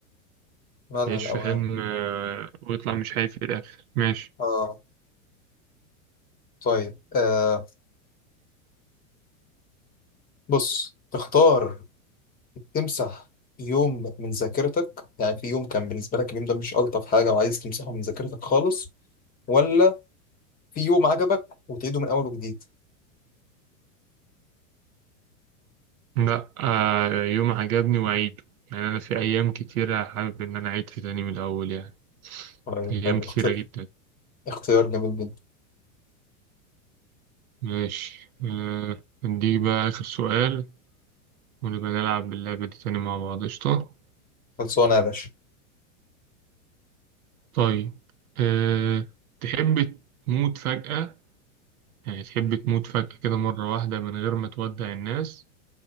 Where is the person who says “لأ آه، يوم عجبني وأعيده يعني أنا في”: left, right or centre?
Right